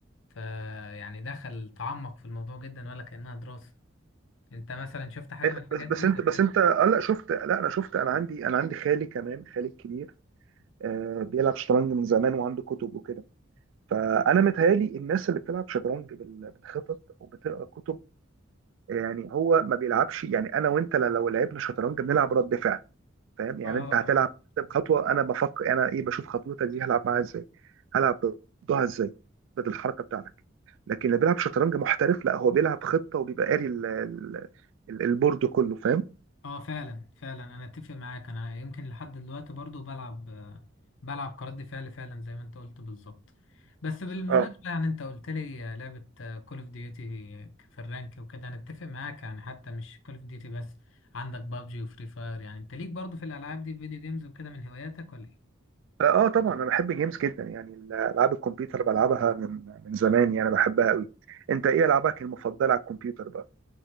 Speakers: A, on the left; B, on the right.
A: فيعني دخل تعمق في الموضوع جدا ولا كأنها دراسة انت مثلا شفت حاجة
B: إيه،
A: من الحاجات
B: بس
A: دي
B: بس انت
A: ده
B: بس انت اه لا شفت لا انا شفت انا عندي انا عندي خالي كمان خالي الكبير آه بيلعب شطرنج من زمان وعنده كتب وكده فانا متهيالي الناس اللي بتلعب شطرنج بال- بالخطط وبتقرا كتب يعني هو ما بيلعبش يعني انا وانت لو لو لعبنا شطرنج بنلعب رد فعل فاهم يعني
A: كانت
B: انت هتلعب قدام خطوه انا بفكر انا ايه بشوف خطوتك دي هلعب معاها ازاي هلعب ضدها ازاي ضد الحركه بتاعتك لكن اللي بيلعب شطرنج محترف لا هو بيلعب خطه وبيبقى قاري ال- ال- ال- البورد كله فاهم
A: اه فعلا فعلا انا اتفق معاك انا يمكن لحد دلوقتي برضو بلعب آه، بلعب كرد فعل فعلا زي ما انت قلت بالظبط بس بالمناسبة
B: اه
A: يعني انت قلت لي آه، لعبة كول اوف ديوتي في الرانك وكده انا اتفق معاك يعني حتى مش كول اوف ديوتي بس عندك بابجي وفري فاير يعني انت ليك برضو في الالعاب دي فيديو جيمز وكده من هواياتك ولا ايه؟
B: اه طبعا انا بحب جيمز جدا يعني العاب الكمبيوتر بلعبها من من زمان يعني بحبها قوي انت ايه العابك المفضله على الكمبيوتر بقى